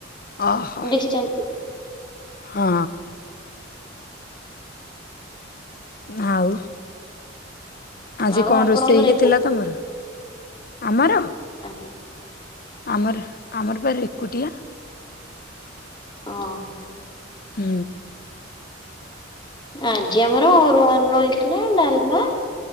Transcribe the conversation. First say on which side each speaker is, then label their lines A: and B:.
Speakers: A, on the left; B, on the left.
A: ଓ ହୋ
B: ଡିଷ୍ଟାନ୍ସ
A: ହଁ। ଆଉ। ଆଜି
B: ଆଉ
A: କଣ
B: ଆପଣଙ୍କ
A: ରୋଷେଇ
B: ଘରେ
A: ହେଇଥିଲା ତମର? ଆମର
B: ଆ
A: ଆମର, ଆମର ବା ଏକୁଟିଆ।
B: ଓ ହୋ।
A: ହୁଁ।
B: ଆଜି ଆମର ଅରୁଆ ଅନ୍ନ ହେଇଥିଲା, ଡାଲମା